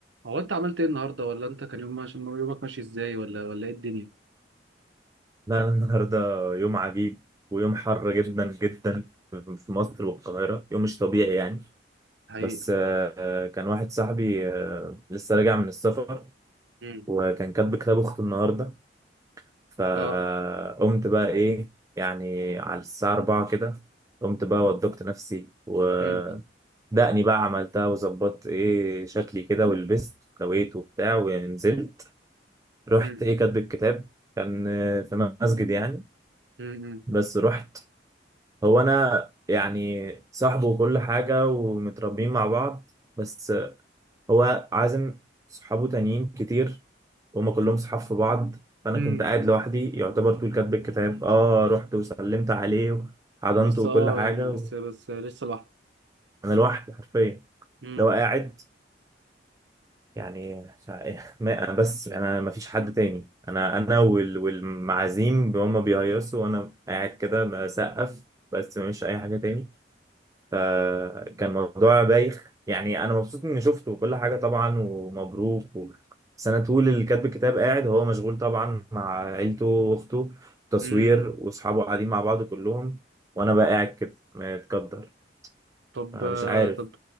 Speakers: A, on the right; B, on the right.
A: هو انت عملت ايه النهارده ولا انت كان يوم ماشي يومك ماشي ازاي ولا ولا ايه الدنيا
B: لا أنا النهاردة يوم عجيب ويوم حر جدا جدا في مصر والقاهرة يوم مش طبيعي يعني
A: حقيقة
B: بس آه، كان واحد صاحبي آه، لسه راجع من السفر
A: مم.
B: وكان كاتب كتاب أخته النهاردة فقمت
A: اه
B: بقى إيه يعني على الساعة 4 كده قمت بقى وضبت نفسي ودقني
A: مم.
B: بقى عملتها وظبطت إيه شكلي كده ولبست وكويت وبتاع ونزلت رحت
A: مم.
B: إيه كاتب الكتاب كان آه، في مسجد يعني
A: مم.
B: بس رحت هو انا يعني صاحبه وكل حاجه ومتربيين مع بعض بس هو عازم صحابه تانيين كتير وهم كلهم صحاب في بعض فانا
A: امم
B: كنت قاعد لوحدي يعتبر طول كاتب الكتاب اه رحت وسلمت عليه وحضنته
A: بس
B: وكل
A: اه
B: حاجه
A: يعني بس
B: و...
A: بس لسه لوحدي
B: انا لوحدي حرفيا
A: امم
B: لو قاعد يعني مش ع- <laughs> ما- بس انا ما فيش حد تاني انا انا وال... والمعازيم هم بيهيصوا وانا قاعد كده بسقف بس مفيش اي حاجه تاني فكان موضوع بايخ يعني انا مبسوط اني شفته وكل حاجه طبعا ومبروك و... بس انا طول اللي كاتب الكتاب قاعد هو مشغول طبعا مع عيلته واخته تصوير
A: مم.
B: واصحابه قاعدين مع بعض كلهم وانا بقى قاعد كده متقدر
A: طب
B: أنا
A: آه،
B: مش عارف
A: طب